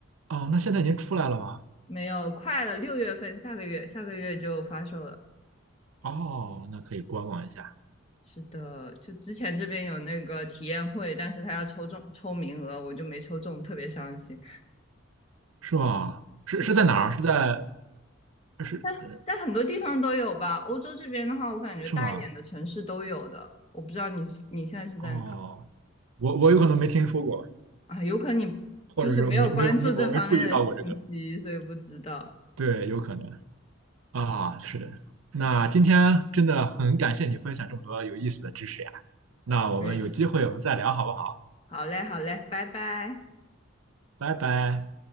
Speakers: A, on the right; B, on the left.
A: 哦，那现在已经出来了吗？
B: 没有，快了，六月份，下个月下个月就发售了。
A: 哦，那可以观望一下，
B: 是的，就之前这边有那个体验会，但是他要抽中抽名额，我就没抽中，特别伤心。
A: 是吗？是是在哪儿？
B: 是的，
A: 是在是
B: 在在很多地方都有吧。欧洲这边的话，我感觉大一点的城市都有的。
A: 是吗？
B: 我不知道你你现在是在哪
A: 哦，我我有可能没听说过，
B: 啊？有可能你就是没有关注这方面的信息，
A: 或者是没没有没我没注意到过这个，
B: 所以不知道。
A: 对，有可能。啊，是的。那今天真的很感谢你分享这么多有意思的知识呀。那我们有机会我们再聊好不好？
B: 我也是。好嘞，好嘞，拜拜。
A: 拜拜。